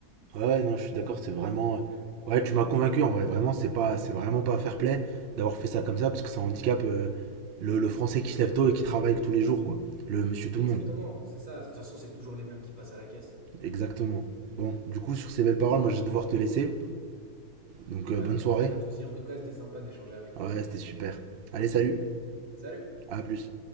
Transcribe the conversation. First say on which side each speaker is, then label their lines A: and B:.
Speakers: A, on the right; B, on the right.
A: Ouais, ouais, non, je suis d'accord, c'est vraiment. euh, Ouais, tu m'as convaincu en vrai, vraiment, c'est pas, c'est vraiment pas fair play d'avoir fait ça comme ça parce que ça handicape euh, le, le français qui se lève tôt et qui travaille tous les jours, quoi. Le monsieur tout
B: Exactement,
A: le monde.
B: c'est ça. De toute façon, c'est toujours les mêmes qui passent à la caisse.
A: Exactement. Bon, du coup, sur ces belles paroles, moi je vais devoir te laisser. Donc
B: Ouais,
A: euh, bonne
B: bah
A: soirée.
B: écoute, pas de souci. En tout cas, c'était sympa d'échanger avec toi
A: Ouais,
B: sur ce
A: c'était
B: sujet.
A: super. Allez, salut.
B: Salut!
A: À plus.